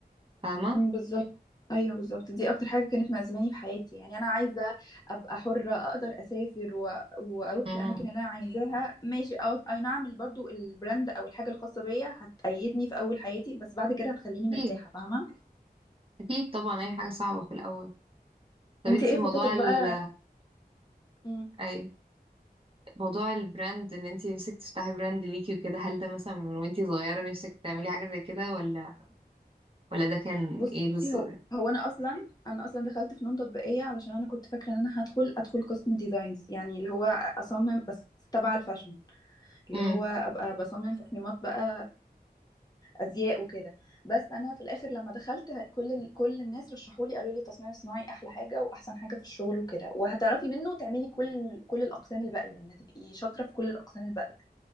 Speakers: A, on the right; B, on the left.
A: فاهمة
B: مم، بالظبط ايوه بالظبط دي اكتر حاجه كانت مأزماني في حياتي يعني انا عايزه ابقى حره اقدر اسافر و... واروح
A: مم.
B: الاماكن اللي انا عايزاها ماشي أو... اي نعم برضو البراند او الحاجه الخاصه بيا هتأيدني في اول حياتي بس بعد كده هتخليني مرتاحه
A: اكيد
B: فاهمه
A: اكيد طبعا اي حاجة صعبة في الاول طب
B: انت
A: انت
B: ايه
A: موضوع
B: خطتك
A: ال
B: بقى مم.
A: اي موضوع البراند ان انت نفسك تفتحي براند ليكي وكده هل ده مثلا من وانت صغيرة نفسك تعملي حاجة زي كده ولا ولا ده كان
B: بصي
A: ايه بس
B: هو هو انا اصلا انا اصلا دخلت فنون تطبيقيه علشان انا كنت فاكره ان انا هدخل ادخل قسم ديزاينز يعني اللي هو اصمم بس تبع الفاشن اللي
A: امم
B: هو ابقى بصمم تصميمات بقى ازياء وكده بس انا في الاخر لما دخلت ه- كل ال- كل الناس رشحوا لي قالوا لي التصميم الصناعي احلى حاجه واحسن حاجه في الشغل وكده وهتعرفي منه تعملي كل ال- كل الاقسام الباقيه يعني هتبقي شاطره في كل الاقسام الباقيه